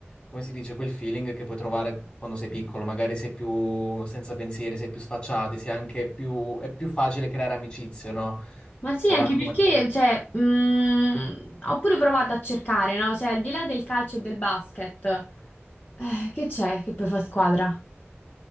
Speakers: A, on the left; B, on the left.
A: come si dice, quel feeling che puoi trovare quando sei piccolo, magari sei più senza pensieri, sei più sfacciati, sei anche più... è più facile creare amicizie, no?
B: Ma sì,
A: Anche
B: anche perché,
A: magari...
B: cioè, mh, ho pure provato a cercare, no? Cioè, al di là del calcio e del basket, eh, che c'è che poi fa squadra?